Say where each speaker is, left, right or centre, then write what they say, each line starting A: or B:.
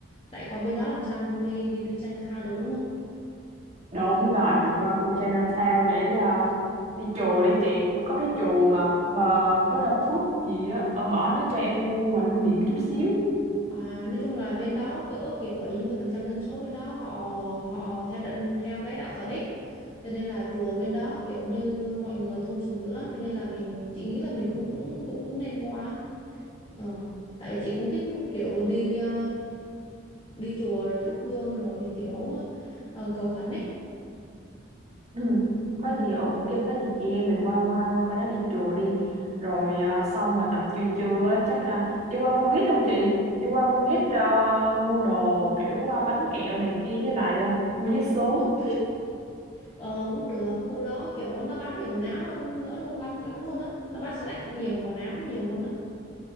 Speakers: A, on the left; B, on the right.
A: tại qua bên đó làm sao mà không đi đi đi Chinatown được đúng không
B: Đúng rồi, mình qua khu Chinatown để ờ, đi chùa đi chị. Có cái chùa mà mà Buddha Tooth gì á, ở bển nó cho em mua quà lưu niệm chút xíu.
A: À, nói chung là bên đó cỡ kiểu 70% dân số bên đó họ họ theo đ- theo cái đạo Phật ấy. Cho nên là chùa bên đó kiểu như mọi người tôn sùng dữ lắm cho nên là mình chị nghĩ là mình cũng cũng cũng cũng nên qua. Ờ, tại vì chị cũng thích kiểu đi ờ, đi chùa rồi thắp hương rồi kiểu ờ, cầu khấn ấy.
B: Ừ. Có
A: Ừ.
B: gì ồ ok, có gì chị em mình qua qua qua bên đó đi chùa đi. Rồi ờ, xong rồi tầm trưa trưa á, chắc ờ, đi qua Bugis không chị? Đi qua Bugis ờ, mua đồ kiểu ờ, bánh kẹo này kia với lại ờ, mua vé số.
A: Ờ, cũng được, khu đó kiểu nó bán nhiều quần áo nữa, nữa luôn lắm lắm luôn á. Nó bán snack cũng nhiều mà quần áo cũng nhiều luôn á.